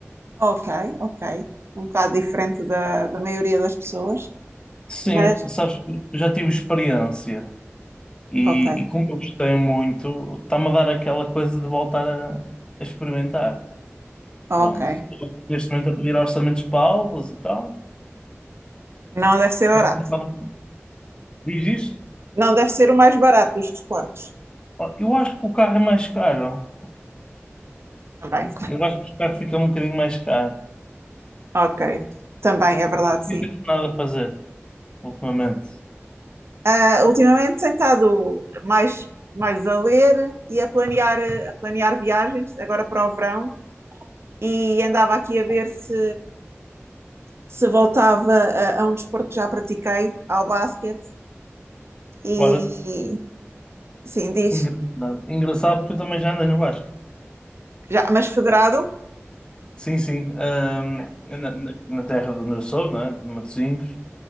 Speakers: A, on the right (about 60°); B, on the left (about 20°).
A: Ok, ok. Um bocado diferente da, da maioria das pessoas,
B: Sim,
A: mas
B: sabes, que eu já tive experiência e,
A: ok,
B: e como eu gostei muito, está-me a dar aquela coisa de voltar a, a experimentar.
A: ok.
B: Pronto, estou neste momento a pedir orçamentos para aulas e tal,
A: Não deve ser barato.
B: mas também estava- diz isto.
A: Não deve ser o mais barato dos desportos.
B: Ó, Eu acho que o carro é mais caro.
A: Também.
B: Eu acho que os carros ficam um bocadinho mais caros.
A: Ok. Também, é verdade, sim.
B: Não tens nada a fazer ultimamente.
A: Ah, ultimamente tenho estado mais, mais a ler e a planear, a planear viagens, agora para o verão, e andava aqui a ver se, se voltava a, a um desporto que já pratiquei, ao basquete, E
B: Agora,
A: sim, diz.
B: engraçado, engraçado porque eu também já andei no Vasco.
A: Já, mas federado?
B: Sim, sim. ahm, na, na- na terra de onde eu sou, né? De Matosinhos.